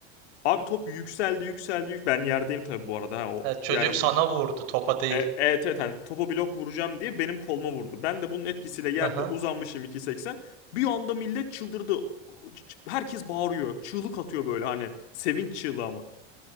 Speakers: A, on the left; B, on the right.
A: Abi top yükseldi yükseldi yük- ben yerdeyim tabii bu arada ha o
B: Evet, çocuk
A: yani
B: sana
A: bu
B: vurdu topa değil.
A: e, evet evet hani topa blok vuracağım diye benim koluma vurdu. Ben de bunun etkisiyle yerde
B: Aha.
A: uzanmışım 2.80. Bir anda millet çıldırdı. Herkes bağırıyor. Çığlık atıyor böyle hani sevinç çığlığı ama.